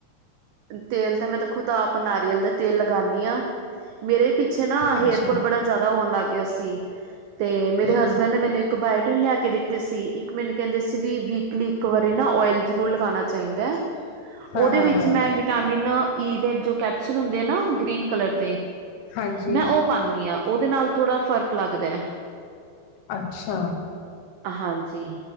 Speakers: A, on the right; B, on the left.
A: ਤੇਲ ਤਾਂ ਮੈਂ ਤਾ ਖੁਦ ਆਪ ਨਾਰੀਅਲ ਦਾ ਤੇਲ ਲਗਾਨੀ ਆਂ, ਮੇਰੇ ਪੇ ਪਿੱਛੇ ਨਾ ਹੇਅਰਫੋਲ
B: ਅੱਛਾ
A: ਬੜਾ ਜਾਦਾ ਹੋਣ ਲੱਗ ਗਿਆ ਸੀ, ਤੇ ਮੇਰੇ
B: ਹੂੰ
A: ਹਸਬੈਂਡ
B: ਹੂੰ
A: ਨੇ ਮੈਨੂੰ ਕਬਾਇਟਿਰਿਨ ਲਿਆ ਕੇ ਦਿੱਤੀ ਸੀ, ਇੱਕ ਮੈਨੂੰ ਕੈਂਦੇ ਸੀ ਵੀ ਵੀਕਲੀ ਇੱਕ ਵਾਰੀ ਨਾ ਔਇਲ ਜ਼ਰੂਰ ਲਗਾਣਾ ਚਾਈਦਾ ਐ। ਉਹਦੇ
B: ਹਾਂ ਹਾਂ
A: ਵਿੱਚ।
B: ਹਾਂ
A: ਮੈਂ ਵਿਟਾਮਿਨ ਈ ਦੇ ਜੋ ਕੈਪਸੂਲ ਹੁੰਦੇ ਨਾ, ਗ੍ਰੀਨ ਕਲਰ ਦੇ
B: ਹਾਂਜੀ
A: ਮੈਂ ਔ ਪਾਨੀ ਆ, ਔਦੇ ਨਾਲ ਥੋੜਾਂ ਫਰਕ ਲੱਗਦਾ ਐ।
B: ਅੱਛਾ।
A: ਹਾਂਜੀ।